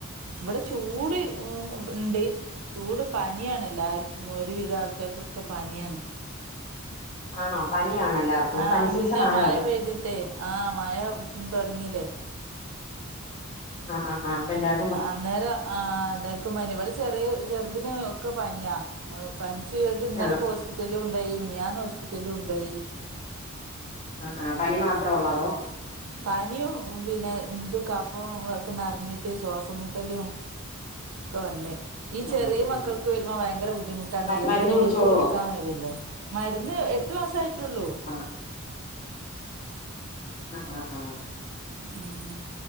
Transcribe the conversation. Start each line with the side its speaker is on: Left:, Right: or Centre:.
Right: ഇവടെ ചൂട് ഉം ഇണ്ട് ചൂട് പനിയാണെല്ലാർക്കും ഒരുവിധാൾക്കാർക്കൊക്കെ പനിയാണ്.
Left: ആണോ പനിയാണോ എല്ലാവർക്കും
Right: ആഹ്
Left: പനി സീസൺ
Right: മുന്നേ
Left: ആയോ
Right: മഴ
Left: അവിടെ
Right: പെയ്തിട്ട് ആഹ് മഴ തൊടങ്ങീല്ലേ
Left: ആഹ് ആഹ് ആഹ് അപ്പെല്ലാർ
Right: ആഹ് അന്നേരം ആഹ് എല്ലാർക്കും പനി ഇവിടെ ചെറിയ ചെറുതിന് ഒക്കെ പനിയാ. പനിച്ച് കേട്ട് ഇന്നലെപ്പോ
Left: ആ
Right: ഹോസ്പിറ്റൽല് കൊണ്ടോയി മിനിയാന്ന് ഹോസ്പിറ്റൽല് കൊണ്ടോയി
Left: ആഹ് ആഹ് പനി മാത്രൊ ഒള്ളോ അതോ
Right: ഉം പനീം പിന്നെ ഇത് കഫും ഒക്കെ നറഞ്ഞിട്ട് ശ്വാസം മുട്ടലും ഒക്കെ വന്ന് ഈ
Left: ആ
Right: ചെറിയ
Left: ആ ആ
Right: മക്കൾക്ക് വരുമ്പോ ഭയങ്കര ബുദ്ധിമുട്ടാണല്ലോ
Left: മരുന്ന്
Right: ഇക്ക്
Left: കുടിച്ചോളുവോ
Right: മൂക്ക് പിടിക്കാൻ കഴിയില്ലല്ലോ മരുന്ന് എട്ട് മാസായിട്ടുള്ളൂ.
Left: ആ അഹ് ആഹ് ആഹ്
Right: ഉം